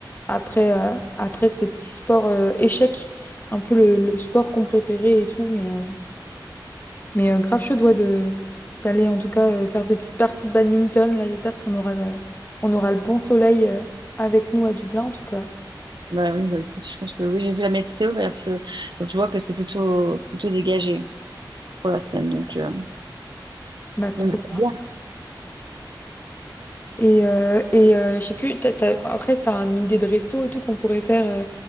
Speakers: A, on the left; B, on the right.
A: après, euh, après ces petits sports euh, échecs, un peu le, le sport qu'on préférait et tout, mais... euh, mais euh, grave chaud doigt de d'aller en tout cas euh, faire des petites parties de badminton. Là, j'espère qu'on aura de- on aura le bon soleil euh, avec nous à Dublin en tout cas.
B: Bah oui, bah écoute, je pense que oui, j'ai vu la météo, mais abs- donc je vois que c'est plutôt plutôt dégagé pour la semaine, donc euh,
A: Bah trop
B: on verra
A: bien.
B: bien.
A: Et, euh, et euh, je sais plus, t'as, t'as- après t'as une idée de resto et tout qu'on pourrait faire euh,